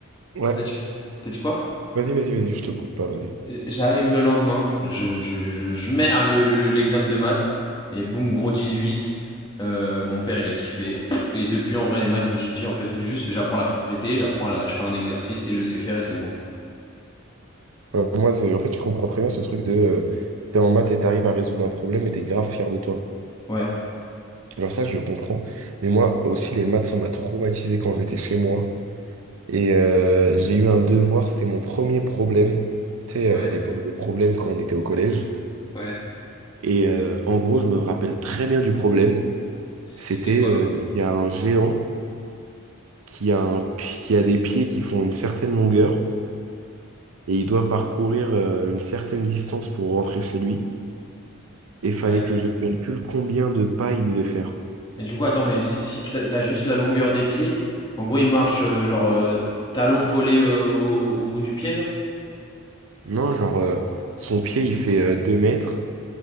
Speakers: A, on the right; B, on the left.
A: Ouais,
B: T'as dit, t'as dit quoi?
A: vas-y, vas-y, vas-y, je te coupe pas, vas-y.
B: Euh, J'arrive le lendemain, je, je, je, je merde le- le- l'examen de maths, et boum, gros 18. Euh, mon père, il a kiffé. Et depuis, en vrai, les maths, je me suis dit, en fait, juste, j'apprends la propriété, j'apprends la, je fais un exercice et je sais faire et c'est bon.
A: Euh, moi, c'est- en fait, je comprends très bien ce truc de euh, t'es en maths et t'arrives à résoudre un problème et t'es grave fier de toi.
B: Ouais.
A: Genre ça, je le comprends. Mais moi aussi, les maths, ça m'a traumatisé quand j'étais chez moi. Et euh, j'ai eu un devoir, c'était mon premier problème. Tu sais,
B: Ouais,
A: euh, l'époque des problèmes quand on était au collège.
B: ouais.
A: Et euh, en gros, je me rappelle très bien du problème. C'était,
B: C'était quoi?
A: euh, il y a un géant qui a, un pi- qui a des pieds qui font une certaine longueur et il doit parcourir euh, une certaine distance pour rentrer chez lui. Et fallait
B: Ouais.
A: que je calcule combien de pas il devait faire.
B: Mais du coup, attends, mais si, si tu as t'as juste la longueur des pieds, en gros, il marche euh, genre euh, talon collé euh, au, au bout du pied, genre?
A: Non, genre, euh, son pied, il fait euh, 2 mètres.